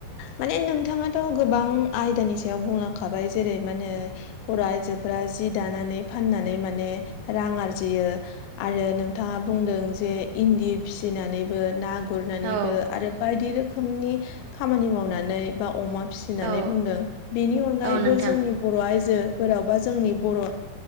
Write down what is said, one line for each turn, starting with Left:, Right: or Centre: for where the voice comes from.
Left: माने नोंथाङाथ' गोबां आयदानि सायाव बुंलांखाबाय जेरै मानो बर' आइजोफोरा जि दानानै फाननानै माने रां आरजियो। आरो नोंथाङा बुंदों जे इन्दि फिसिनानैबो ना गुरनानैबो
Right: औ
Left: आरो बायदिरोखोमनि खामानिमावनानै बा अमा फि <unintelligible>
Right: औ
Left: बुंदों बेनि अनगायैबो
Right: औ नोंथां
Left: जोंनि बर' आइजो बोरावबा जोंनि बर'